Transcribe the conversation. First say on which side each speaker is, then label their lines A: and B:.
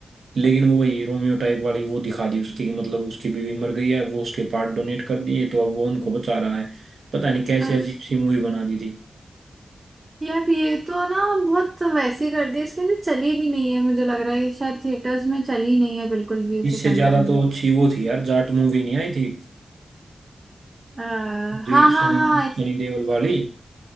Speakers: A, on the right (about 85°); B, on the right (about 30°).
A: लेकिन वो वही रोमियो टाइप वाली वो दिखा दी उसकी कि मतलब उसकी बीवी मर गई है वो उसके पार्ट डोनेट कर दिए तो अब वो उनको बचा रहा है पता नहीं कैसी
B: अच्छा
A: अजीब सी मूवी बना दी थी
B: यार ये तो ना बहुत वैसी कर दी इसके अंदर चली भी नहीं है मुझे लग रहा है ये शायद थिएटर्स में चली नहीं है बिल्कुल भी
A: इससे
B: सिकंदर
A: ज्यादा
B: में
A: तो अच्छी वो थी यार जाट मूवी नहीं आई थी
B: आ, हाँ
A: जे
B: हाँ
A: सनी
B: हाँ इस-
A: सनी देओल वाली